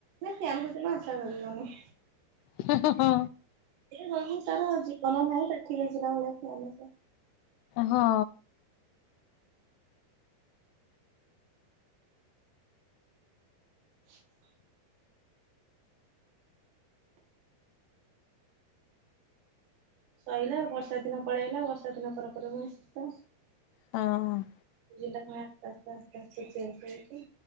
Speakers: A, on the right (about 80°); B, on the left (about 80°).
A: ନା ସେ ଆମ କତୁରୁ ଆଶା କରିବେନି।
B: ହେ ହେ ହଁ।
A: ସବୁ ତାର ଜୀବନ ନାହିଁ କାଠି ଗେଂଜିଲା ଭଳିଆ ଫ୍ୟାନ ସେଟା।
B: ହଁ।
A: <inaudible> ସରିଲା ବର୍ଷା ଦିନ ପଳେଇଲା ବର୍ଷା ଦିନ ପରେ ପରେ ପୁଣି ଶୀତ।
B: ହଁ।
A: ଜିଲ୍ଲା କଣ ଆସ୍ତେ ଆସ୍ତେ ଆସ୍ତେ ଚେଞ୍ଜ ହଉଛି।